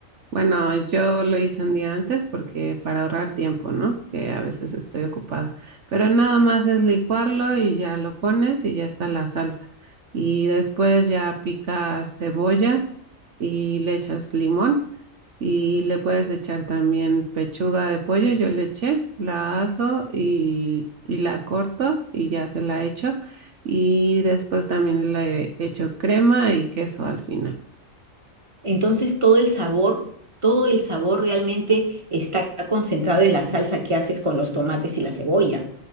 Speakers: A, on the right; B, on the right.
A: Bueno, yo lo hice un día antes porque para ahorrar tiempo, ¿no? Que a veces estoy ocupada. Pero nada más es licuarlo y ya lo pones y ya está la salsa. Y después ya picas cebolla y le echas limón y le puedes echar también pechuga de pollo. Yo le eché, la aso y, y la corto y ya se la echo. Y después también le echo crema y queso al final.
B: Entonces todo el sabor, todo el sabor realmente está concentrado en la salsa que haces con los tomates y la cebolla,